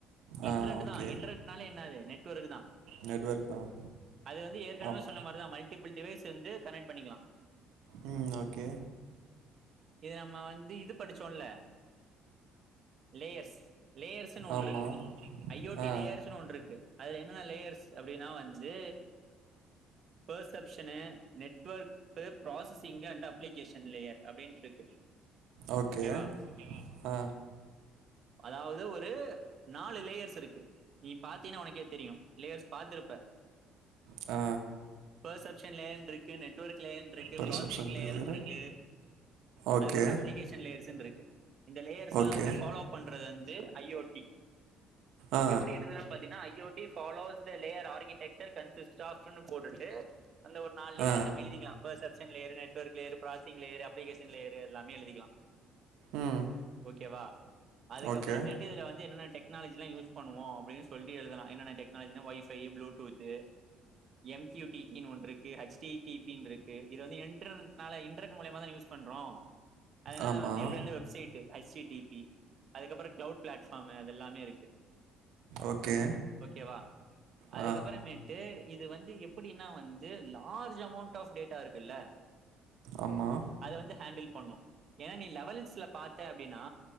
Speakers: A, on the right (about 35°); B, on the right (about 80°).
A: இன்டர்நெட்
B: ஆ ஓகே
A: தான் இன்டர்ரெட் என்னது நெட்வொர்க் தா
B: நெட்வொர்க் தான்
A: அது வந்து ஏற்கனவே
B: அப்
A: சொன்ன மாதிரிதா மல்டிபிள் டிவைஸ் வந்து கனெக்ட் பண்ணிக்கலா
B: ம் ஓகே
A: இது நம்ம வந்து இது படிச்சோல லேயர்ஸ் லேயர்ஸ் ஒன்று
B: ஆமாம்
A: இருக்கு ஐ ஓ டி
B: ஆ
A: லேயர்ஸ் ஒன்று இருக்கு. அதுல என்னென லேயர்ஸ் அப்படின்னா வந்து perception, network, processing, and application layer அப்படின்ட்டு இருக்கு.
B: ஓகே
A: ஓகேவா
B: அ
A: அதாவது ஒரு நாலு லேயர்ஸ் இருக்கு நீ பாத்தீனா உனக்கே தெரியோ லேயர்ஸ் பாத்துருப்ப
B: அ
A: பெர்சப்ஷன் லேயர்ற்னு இருக்கு நெட்வொர்க் லேயர்ன்று இருக்கு.
B: பர்செப்ஷன்
A: ப்ராசஸிங் லேயர்னு
B: லேயர்
A: இருக்கு. ப்ராஸசிங் லேயர்னு
B: ஓகே
A: இருக்கு. அதுக்கப்புறோ அப்ளிகேஷன் லேயர்ஸ்ன்று இருக்கு இந்த லேயர்ஸ்லா
B: ஓகே
A: வந்து ஃபாலோ பண்றது வந்து இது ஐயோட்டி
B: ஆ
A: எப்படி எழுதுலானு பாத்தீனா ஐயோ the follows the layer architecture consist ஆஃப்னு போட்டுட்டு அந்த ஒரு நாலு லேயரையும்
B: ஆ
A: நம்ம எழுதிக்கலா perception layer, network layer,, processing layer, application layer எல்லாமே எழுதிக்கலா
B: ம்
A: ஓகேவா அதுக்கப்புறமேட்டு
B: ஓகே
A: இதுல வந்து என்னனென்ன டெக்னாலஜி இதான் யூஸ் ஒர்க் பண்ணுவோ அப்படின்னு சொல்லி எழுதலா. என்னென்ன டெக்னாலஜினால் வைஃபை, ப்ளூடூத்து, எம்கயூடடிகீனு ஒன்றிருக்கு ஹச் டி டீ பீனு இருக்கு. இது வந்து இன்ட்டர்னெட்னால இன்டரனெட் மூலியமா தானே யூஸ் பண்றோ அதனால
B: ஆமாம்
A: வந்து எப்படி வந்த website H T P P அதுக்கப்புறோ க்ளவுட் பிளாட்ஃபார்ம் அதெல்லாமே இருக்கு
B: ஓகே
A: ஓகேவா அதுக்கப்புறமேட்டு
B: ஆ
A: இது வந்து எப்படீன்னா வந்து லார்ஜ் அமௌண்ட் ஆஃப் டேட்டா இருக்குல்ல
B: ஆமாம்
A: அது வந்து ஹேண்டில் பண்ணோ ஏன்னா நீ லெவல்ஸ்ல பாத்த அப்படின்னா